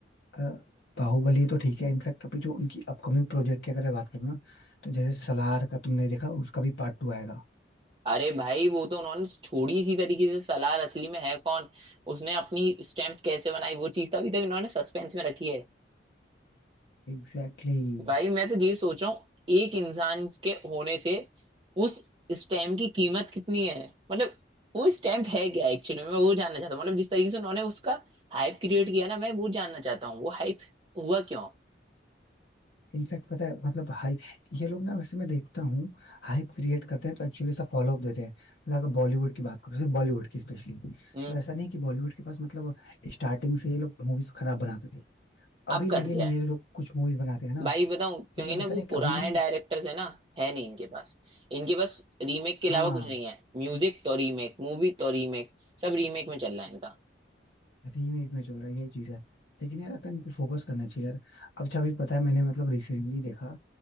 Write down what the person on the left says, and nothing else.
अ, बाहुबली तो ठीक है इनफैक्ट अभी जो उनकी अपकमिंग प्रोजेक्ट की अगर मैं बात करूँ ना तो जैसे सलार का तुमने देखा उसका भी पार्ट टू आएगा
एग्जैक्टली
इनफैक्ट पता है मतलब हाइप ये लोग ना वैसे मैं देखता हूँ हाइप क्रिएट करते हैं तो एक्चुअली ऐसा फॉलो अप देते हैं मतलब अगर बॉलीवुड की बात करो सिर्फ बॉलीवुड की स्पेशली तो
ऐसा नहीं कि बॉलीवुड के पास मतलब स्टार्टिंग से ये लोग मूवीज खराब बनाते थे अभी
लेकिन
ये
लोग कुछ मूवीज बनाते हैं ना
मतलब
ऐसा
नहीं कि
अभी भी
हाँ
रीमेक में चल रहा है यही चीज है लेकिन यार अपन को फोकस करना चाहिए यार अब अच्छा अभी पता है मैंने मतलब रिसेंटली देखा